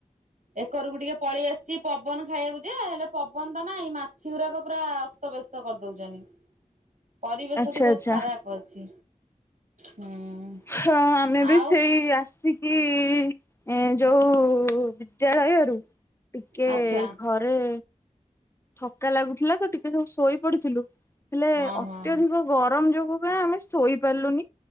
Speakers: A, on the right; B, on the left.
A: ଏକରକୁ ଟିକେ ପଳେଇ ଆସିଛି ପବନ ଖାଇବାକୁ ଯେ ହେଲେ ପବନ ତ ନାଇଁ ମାଛି ଗୁରାକ ପୁରା ଅସ୍ତବ୍ୟସ୍ତ କରିଦେଉଛନ୍ତି। ପରିବେଶଟି
B: ଆଚ୍ଛା
A: ବହୁତ୍
B: ଆଚ୍ଛା
A: ଖରାପ ଅଛି ହୁଁ।
B: ହଁ ଆମେ ବି
A: ଆଉ
B: ସେଇ ଆସି କି ଏ ଯୋଉ ବିଦ୍ୟାଳୟରୁ ଟିକେ
A: ଆଚ୍ଛା
B: ଘ ଏ ଥକା ଲାଗୁଥିଲା ତ ଟିକେ ସବୁ ଶୋଇ ପଡିଥିଲୁ ହେଲେ
A: ହଁ
B: ଅତ୍ୟଧିକ
A: ହଁ
B: ଗରମ ଯୋଗୁ ପା ଆମେ ଶୋଇପାରିଲୁନି